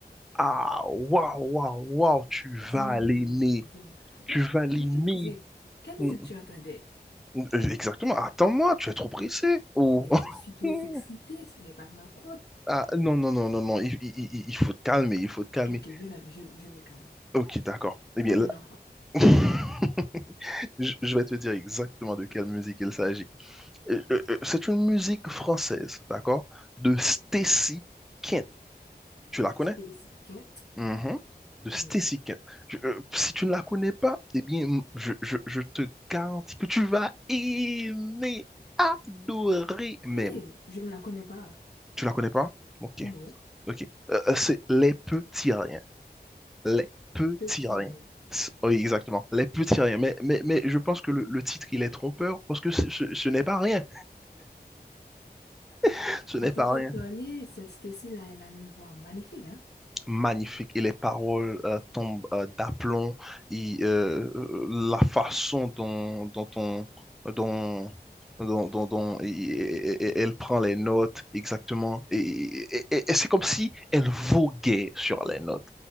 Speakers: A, in the centre; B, on the left.
A: Ah, waouh, waouh, waouh, tu
B: Dis-le-moi,
A: vas l'aimer.
B: dis-moi.
A: Tu
B: Mais
A: vas l'aimer.
B: de quelle musique? Quelle
A: Mm,
B: musique tu entendais?
A: mm. Euh, Exactement. Attends-moi, tu es trop pressé. Oh.
B: Mais je
A: <laughs>
B: suis trop excitée, ce n'est pas de ma faute.
A: Ah, non, non, non, non, non. Il, il- il- il faut te calmer, il faut te calmer.
B: Ok, je vais, je, je me calme.
A: Ok, d'accord. Eh bien,
B: Comme
A: là,
B: un enfant.
A: <laughs> je je vais te dire exactement de quelle musique il s'agit. Euh, euh, euh, C'est une musique française, d'accord? De Stacy Kent. Tu la connais?
B: Stacy Kent.
A: Mhm. De Stacy
B: Hmm,
A: Kent. Je- euh, si tu ne la connais pas, eh bien, m- je, je- je te garantis que tu vas aimer, adorer,
B: Ok,
A: mais
B: je ne la connais pas.
A: Tu la connais pas? Ok,
B: Non,
A: ok. Euh, euh, c'est les petits riens. Les petits
B: petit
A: riens.
B: rien.
A: C'est- Oui, exactement. Les petits riens. Mais, mais, mais je pense que le, le titre, il est trompeur parce que ce, ce- ce n'est pas rien. <laughs> Ce n'est
B: À t'entendre
A: pas rien.
B: parler, cette Stacy-là, elle a une voix magnifique, hein?
A: magnifique et les paroles euh, tombent euh, d'aplomb et euh, euh, la façon dont, dont on, dont, dont- dont- dont et- et- et- elle prend les notes exactement et, et- et- et c'est comme si elle voguait sur les notes.